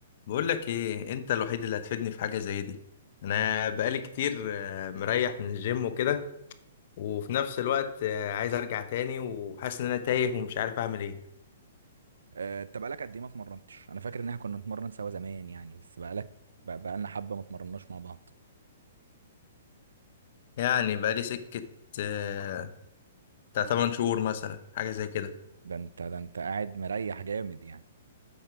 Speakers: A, on the left; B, on the right.
A: بقول لك ايه انت الوحيد اللي هتفيدني في حاجه زي دي انا بقالي كتير آه، مريح من الجيم وكده وفي نفس الوقت آه، عايز ارجع تاني وحاسس ان انا تايه ومش عارف اعمل ايه
B: آه، انت بقالك قد ايه ما اتمرنتش انا فاكر ان احنا كنا نتمرن سوا زمان يعني بس بقالك بق- بقالنا حبه ما اتمرناش مع بعض
A: يعني بقالي سكه آه، بتاع 8 شهور مثلا حاجه زي كده
B: ده انت ده انت قاعد مريح جامد يعني